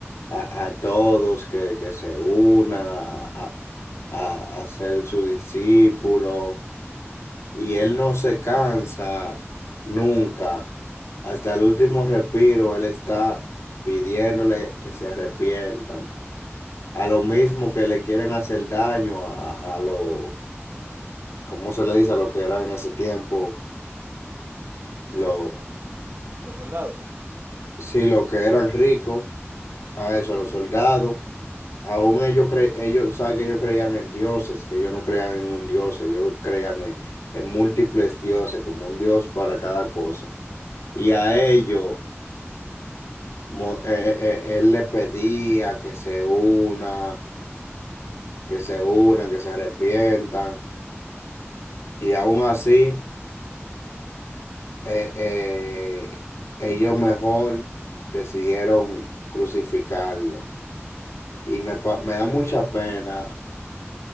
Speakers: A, on the left (about 75°); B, on the right (about 45°).
A: a, a todos que, que se unan a, a, a a ser su discípulo. y él no se cansa nunca. Hasta el último respiro, él está pidiéndole que se arrepientan. A lo mismo que le quieren hacer daño a, a lo, ¿cómo se le dice? A lo que eran en ese tiempo, lo,
B: Eh, los soldados.
A: sí, lo que eran ricos, a eso, a los soldados. Aún ellos cre ellos, saben que ellos creían en dioses, que ellos no creían en un dios, ellos creían en, en múltiples dioses, como un dios para cada cosa. Y a ellos. Mo- eh, eh, eh, él le pedía que se una, que se unan, que se arrepientan. Y aún así, eh, eh, ellos mejor decidieron crucificarlo. Y me, pa- me da mucha pena